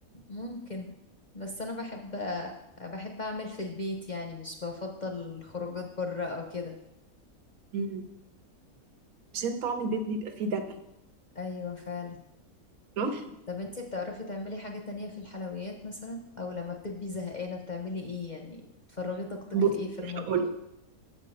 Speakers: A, on the left (about 45°); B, on the right (about 75°).
A: ممكن بس انا بحب بحب اعمل في البيت يعني مش بفضل خروجات بره او كده
B: مم. عشان طعم البيت بيبقى فيه دفى
A: ايوه فعلا
B: صح
A: طب انتي بتعرفي تعملي حاجة تانية في الحلويات مثلا او لما بتبقي زهقانة بتعملي ايه يعني بتفرغي طاقتك
B: بص
A: في ايه في المطبخ
B: هقول